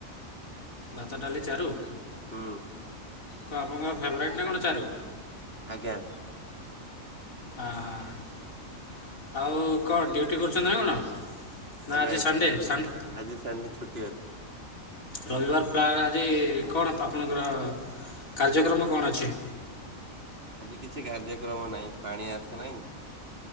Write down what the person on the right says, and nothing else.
ହୁଁ।
ଆଜ୍ଞା।
ଆଜ୍ଞା!
ଆଜ୍ଞା!
ଡ୍ୟୁଟି
ଆଜି ସାରିନି ଛୁଟି ଅଛି।
ଆଜି କିଛି କାର୍ଯ୍ୟକ୍ରମ ନାହିଁ। ପାଣି ଆସୁନାହିଁ।